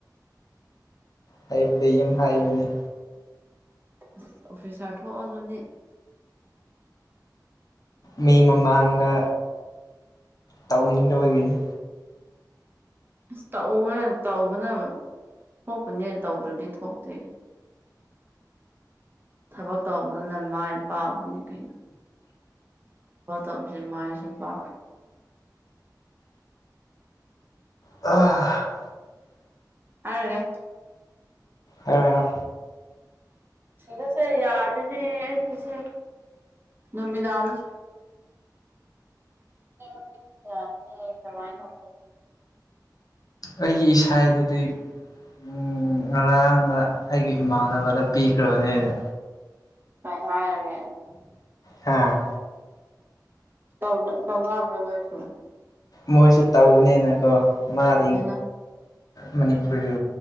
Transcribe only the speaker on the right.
ꯑꯁ ꯑꯣꯐꯤꯁ ꯍꯥ ꯊꯣꯛꯣꯛꯑꯣ ꯑꯗꯨꯅꯦ
ꯑꯁ ꯇꯧꯎꯋꯦ ꯇꯧꯕꯅ ꯊꯣꯛꯄꯅꯦ ꯇꯧꯗ꯭ꯔꯗꯤ ꯊꯣꯛꯇꯦ ꯊꯕꯛ ꯇꯧꯕꯗꯨꯅ ꯃꯥꯏ ꯄꯥꯛꯕꯅꯤ ꯀꯩꯅꯣ ꯍꯠꯇ ꯍꯧꯁꯤꯦ ꯃꯥꯥꯏꯁꯨ ꯄ
ꯍꯥꯏꯒꯦ
ꯁꯤꯗꯁꯦ ꯌꯥꯗꯦꯅꯦ ꯑꯩꯒꯤꯁꯦ ꯅꯨꯃꯤꯗꯥꯅ ꯌꯥ ꯀꯃꯥꯏꯅ
ꯀ ꯍꯥꯏꯔꯒꯦ
ꯇꯧ ꯇꯧꯅꯕ ꯂꯁꯨ
ꯍꯥꯏꯅ